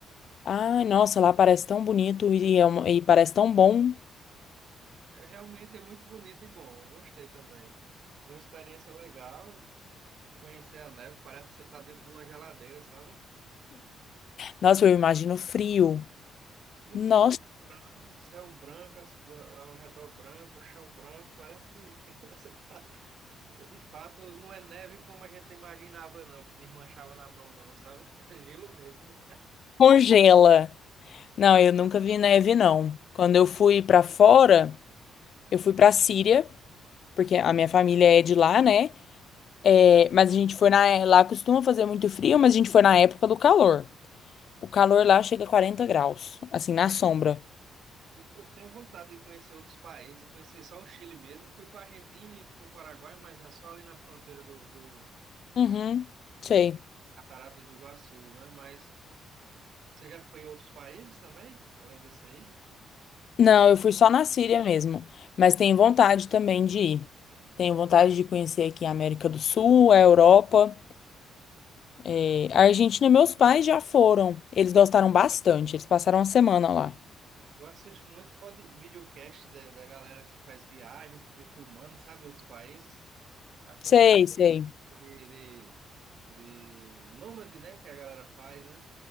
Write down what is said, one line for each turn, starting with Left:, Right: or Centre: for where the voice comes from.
Left: Ai, nossa, lá parece tão bonito e, é uma- e parece tão bom.
Right: É, realmente é muito bonito e bom, eu gostei também. Foi uma experiência legal conhecer a neve, parece que você está dentro de uma geladeira, sabe?
Left: Nossa, eu imagino frio.
Right: E
Left: Nossa,
Right: assim, o céu branco, as- ao redor branco, o chão branco, parece que <laughs> você está Então, De fato, não é neve como a gente imaginava, não, que desmanchava na mão, não, sabe? <laughs> É gelo mesmo.
Left: congela. Não, eu nunca vi neve, não. Quando eu fui pra fora, eu fui pra Síria, porque a minha família é de lá, né? É, mas a gente foi na, lá costuma fazer muito frio, mas a gente foi na época do calor. O calor lá chega a 40 graus, assim, na sombra.
Right: Eu, eu tenho vontade de conhecer outros países, eu conheci só o Chile mesmo. Fui para a Argentina e para o Paraguai, mas é só ali na fronteira do, do,
Left: Uhum,
Right: do-
Left: sei.
Right: das Cataratas do Iguaçu, né? Mas você já foi em outros países também, além desse aí?
Left: Não, eu fui só na Síria mesmo, mas tenho vontade também de ir. Tenho vontade de conhecer aqui a América do Sul, a Europa. Eh, A Argentina, meus pais já foram. Eles gostaram bastante. Eles passaram uma semana lá.
Right: Eu assisto muito pod, videocast da, da galera que faz viagem, fica filmando, sabe, outros países. Acompanho
Left: Sei, sei.
Right: de, de, de nômade, né, que a galera faz, né?